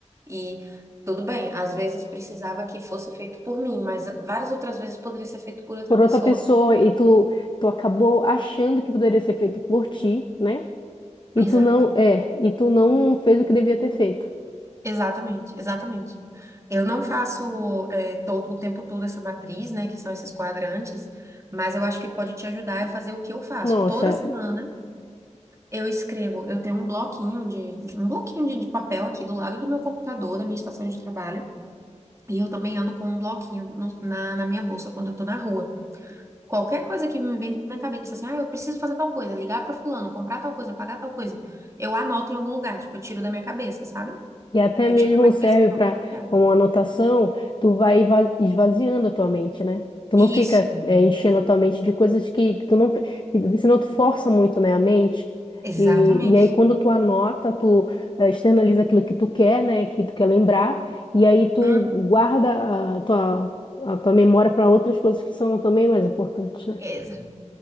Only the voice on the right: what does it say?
E tudo bem, às vezes precisava que fosse feito por mim, mas várias outras vezes poderia ser feito por outra
pessoa.
Exato,
exatamente, exatamente. Eu não faço é, todo, o tempo todo essa matriz, né, que são esses quadrantes, mas eu acho que pode te ajudar a fazer o que eu faço.
Toda semana eu escrevo, eu tenho um bloquinho de um bloquinho de, de papel aqui do lado do meu computador, da minha estação de trabalho, e eu também ando com um bloquinho no- na, na minha bolsa quando eu tô na rua. Qualquer coisa que me vem na cabeça, assim, ah, eu preciso fazer tal coisa, ligar pra fulano, comprar tal coisa, pagar tal coisa, eu anoto em algum lugar, tipo, eu tiro da minha cabeça, sabe?
Eu
tiro da minha cabeça
e coloco
no papel.
Isso,
exatamente.
Hum,
exa-